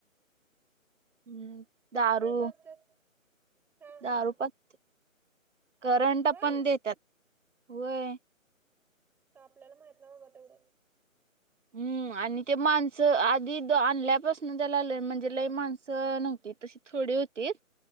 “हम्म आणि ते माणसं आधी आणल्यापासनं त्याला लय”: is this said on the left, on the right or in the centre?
Right